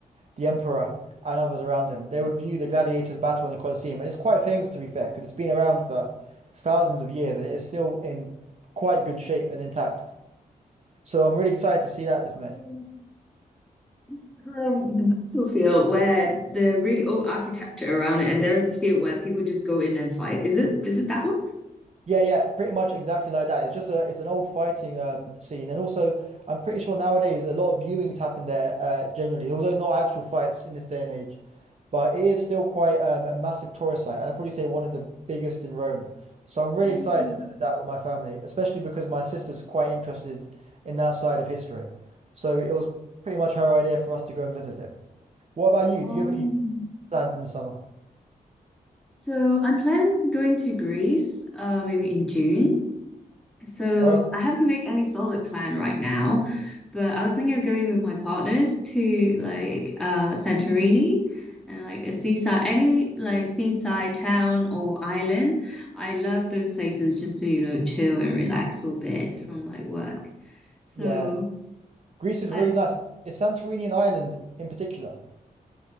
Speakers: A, on the right; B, in the centre.
A: the emperor, and others around him. They would view the gladiators' battle in the Colosseum, and it's quite famous to be fair, because it's been around for thousands of years and it's still in quite good shape and intact. So I'm really excited to see that this
B: Oh,
A: May.
B: It's like the battlefield where the really old architecture around it, and there is a field where people just go in and fight. Is it? Is it that one?
A: Yeah, yeah, pretty much exactly like that. It's just a it's an old fighting um scene, and also I'm pretty sure nowadays a lot of viewings happen there uh generally, although not actual fights in this day and age, but it is still quite um a massive tourist site, and I'd probably say one of the biggest in Rome. So I'm really
B: Oh,
A: excited to visit that with my family, especially because my sister's quite interested in that side of history. So it was pretty much her idea for us to go and visit it. What about you?
B: oh.
A: Do you have any plans in the summer?
B: so I'm planning on going to Greece, uh, maybe in June. So
A: Where?
B: I haven't made any solid plan right now, but I was thinking of going with my partners to like uh Santorini and like a seaside, any like seaside town or island. I love those places just to, you know, chill and relax for a bit from like work. So
A: Yeah, Greece is
B: I
A: really nice. It's, it's Santorini and Ireland in particular.